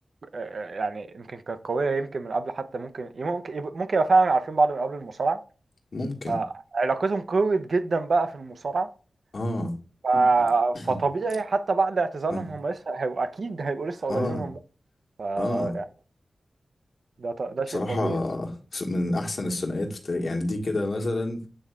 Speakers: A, on the right (about 70°); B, on the left (about 60°).
A: آه، يعني يمكن كانت قوية يمكن من قبل حتى ممكن ممكن ممكن يبقى فعلا عارفين بعض من قبل المصارعة
B: ممكن
A: آه، علاقتهم قوية جدا بقى في المصارعة
B: اه
A: ف...
B: <clears throat>
A: فطبيعي حتى بعد اعتزالهم
B: اه
A: هم لسه هيبقوا اكيد هيبقوا لسه قريبين
B: اه
A: من بعض ف
B: اه
A: يعني ده ط... ده
B: بصراحة
A: شيء طبيعي
B: من أحسن الثنائيات في التاريخ يعني دي كده مثلا